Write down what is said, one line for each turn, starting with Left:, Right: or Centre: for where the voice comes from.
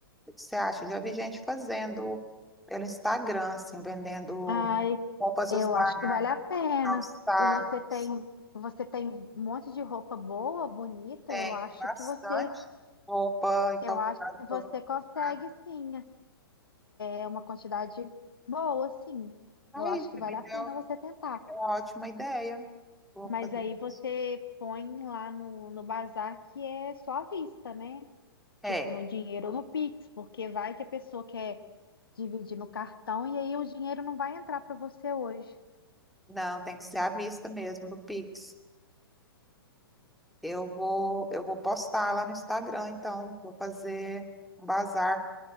Centre: O que você acha? Já vi gente fazendo pelo Instagram, assim, vendendo
Left: Ai,
Centre: roupas
Left: eu
Centre: usadas,
Left: acho que vale a pena.
Centre: calçados.
Left: E você tem, você tem um monte de roupa boa, bonita,
Centre: Tem
Left: eu acho
Centre: bastante
Left: que você,
Centre: roupa e calçado
Left: eu acho que você
Centre: pelo
Left: consegue
Centre: mercado.
Left: sim. É uma quantidade boa, sim.
Centre: Aí,
Left: Eu acho
Centre: você
Left: que vale
Centre: me deu
Left: a pena você tentar.
Centre: deu uma ótima ideia. Vou
Left: Mas
Centre: fazer
Left: aí você
Centre: isso.
Left: põe lá no, no bazar que é só à vista, né? tipo,
Centre: É,
Left: no dinheiro ou no Pix, porque vai que a pessoa quer dividir no cartão e aí o dinheiro não vai entrar para você hoje.
Centre: não, tem que ser à vista mesmo, no Pix. Eu vou, eu vou postar lá no Instagram, então, vou fazer um bazar,